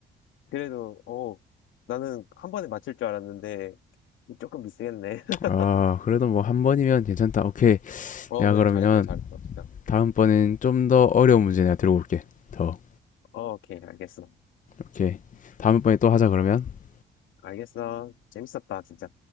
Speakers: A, on the left (about 80°); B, on the left (about 40°).
A: 그래도, 어, 나는 한 번에 맞힐 줄 알았는데, 조금 미세겠네. <laughs>
B: 아, 그래도 뭐 한 번이면 괜찮다. 오케이.
A: 어,
B: 내가
A: 그래,
B: 그러면
A: 잘했네, 잘했어, 진짜.
B: 다음번엔 좀 더 어려운 문제 내가 들고 올게. 더.
A: 어, 오케이, 알겠어.
B: 오케이. 다음번에 또 하자, 그러면.
A: 알겠어. 재밌었다, 진짜.